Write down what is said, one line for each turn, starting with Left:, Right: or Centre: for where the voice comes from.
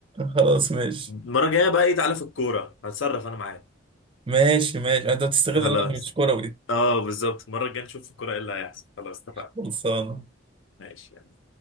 Right: خلاص ماشي
Left: المرة الجاية بقى ايه تعالى في الكورة هتصرف انا معاك
Right: ماشي ماشي انت بتستغل
Left: خلاص
Right: إن انا مش كروي
Left: اه بالظبط المرة الجاية نشوف في الكورة ايه اللي هيحصل خلاص اتفقنا
Right: خلصانة
Left: ماشي